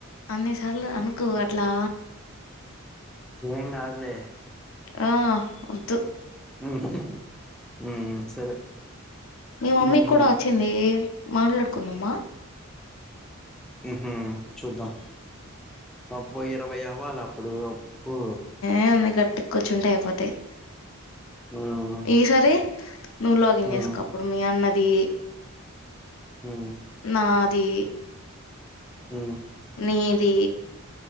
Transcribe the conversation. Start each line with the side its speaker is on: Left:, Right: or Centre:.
Left: అన్ని సార్లు అనుకు అట్లా
Centre: ఏం గాదులే
Left: ఆ ఒద్దు
Centre: <inaudible> సరే
Left: మీ మమ్మీ
Centre: ఉమ్ ఉమ్
Left: కూడా వచ్చింది మాట్లాడుకుందమా
Centre: ఉహూ చూద్దాం అబ్బ ఇరవై అవ్వాలా అప్పుడు అబ్బో
Left: ఏంది గట్టి కూర్చుంటే అయిపోతాయి
Centre: ఉమ్
Left: ఈసారీ నువ్వు లాగిన్
Centre: ఉమ్
Left: చేసుకో అప్పుడు మీ అన్నది
Centre: ఉమ్
Left: నాద్ దీ
Centre: ఊ
Left: నీది